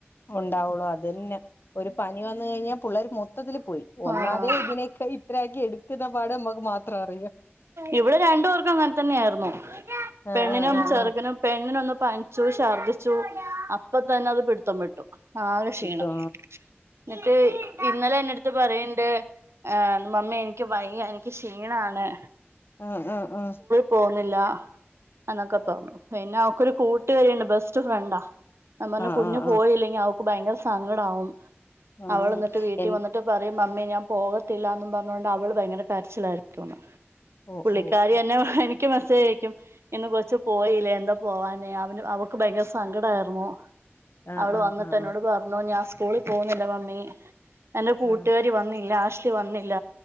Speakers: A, on the left; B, on the right.
A: ഉണ്ടാവൊള്ളൂ അതെന്നെ ഒരു പനി വന്ന് കഴിഞ്ഞാ പുള്ളാര് മൊത്തത്തില് പോയി ഒന്നാമതെ
B: ആഹ്
A: ഇതിനെക്കെ ഇത്രക്കി എട് ക്ക്ന്ന പാട് അമ്മക്ക് മാത്രേ അറിയൂ.
B: ഇവടെ രണ്ട് പേർക്കും അങ്ങൻതന്നായിരുന്നു
A: ആ
B: പെണ്ണിനും
A: ആ ആ
B: ചെർക്കനും
A: ആ
B: പെണ്ണിനൊന്ന് പനിച്ചു ശർദിച്ചു അപ്പതെന്നത് പിടിത്തം വിട്ടു ആകെ ക്ഷീണം.
A: ഇട്ടോ
B: ന്നിട്ട് ഇന്നലെ എന്നെട്ത്ത് പറീണ്ട് ഏഹ് മമ്മി എനിക്ക് വയ്യ എനിക്ക് ക്ഷീണാണ്.
A: ഉം ഉം ഉം
B: പോന്നില്ല എന്നൊക്കെ പർഞ്ഞു. പിന്നെ അവക്കൊരു കൂട്ടുകാരിണ്ട് ബെസ്റ്റ് ഫ്രണ്ടാ. ഞാം പർഞ്ഞു
A: ആ ആ
B: കുഞ്ഞ്
A: ആ
B: പോയില്ലെങ്കി അവക്ക് ഭയങ്കര സങ്കടാകും
A: ആ
B: അവളന്നിട്ട് വീട്ടി
A: എ
B: വന്നി ട്ട് പറിം മമ്മി ഞാൻ പോവത്തില്ലന്നും പർഞ്ഞോണ്ട് അവള് ഭയങ്കര കരച്ചിലായിരിക്കുന്ന്.
A: ഓ
B: പുള്ളിക്കാരി
A: ഓ ഓ
B: എന്നെ എനിക്ക് മെസ്സേജയക്കും. ഇന്ന് കൊച്ച് പോയില്ലേ എന്താ പോവാഞേ അവന് അവക്ക് ഭയങ്കര സങ്കടായിര്ന്നു.
A: ആ
B: അവള്
A: ആ
B: വന്ന്ട്ട്
A: ആ
B: എന്നോട്
A: ആ
B: പർഞ്ഞു ഞാൻ സ്കൂളിൽ പോവുന്നില്ല മമ്മി എന്റെ കൂട്ടുകാര്
A: ആ
B: രി വന്നില്ല ആഷ്‌ലി വന്നില്ല